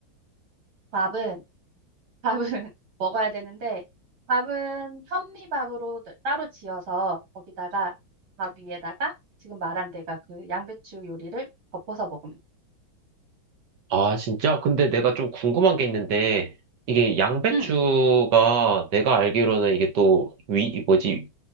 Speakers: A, on the right; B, on the right.
A: 밥은 밥은 <laughs> 먹어야 되는데 밥은 현미밥으로 따- 따로 지어서 거기다가 밥 위에다가 지금 말한 데가 그 양배추 요리를 덮어서 먹으면 돼.
B: 아, 진짜? 근데 내가 좀 궁금한 게 있는데, 이게 양배추가
A: 응,
B: 내가 알기로는 이게 또 위, 뭐지,